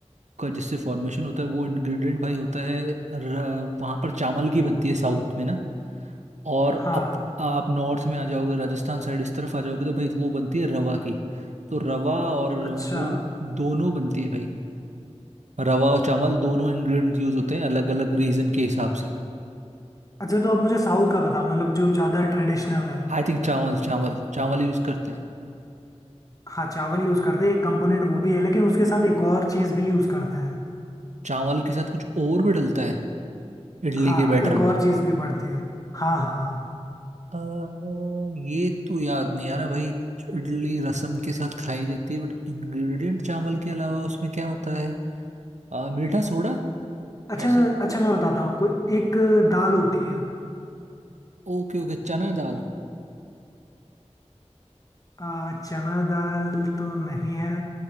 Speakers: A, on the right (about 85°); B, on the left (about 30°).
A: का जिससे फॉर्मेशन होता है वो इंग्रेडिएंट भाई होता है र- वहाँ पर चावल की बनती है साउथ में ना और
B: हाँ
A: अप आप नॉर्थ में आ जाओगे राजस्थान साइड इस तरफ आ जाओगे तो भाई वो बनती है रवा की तो रवा और
B: अच्छा
A: वो दोनों बनती है भाई रवा और चावल दोनों इंग्रेडिएंट यूज होते हैं अलग अलग रीजन के हिसाब से
B: अच्छा तो आप मुझे साउथ का बताओ मतलब जो ज़्यादा ट्रेडिशनल है
A: आई थिंक चावल चावल चावल यूज करते हैं
B: हाँ चावल यूज़ करते हैं एक कंपोनेंट वो भी है लेकिन उसके साथ एक और चीज़ भी यूज़ करते हैं
A: चावल के साथ कुछ और भी डलता है इडली
B: हाँ
A: के बैटर
B: एक
A: में
B: और चीज़ भी पड़ती है हाँ हाँ हाँ
A: अ, ये तो याद नहीं आ रहा भाई इडली रसम के साथ खाई जाती है बट इंग्रेडिएंट चावल के अलावा उसमें क्या होता है अ, मीठा सोडा
B: अच्छा
A: ऐसा
B: अच्छा मैं बताता हूँ आपको एक दाल होती है
A: ओके ओके चना दाल
B: आ, चना दाल तो नहीं है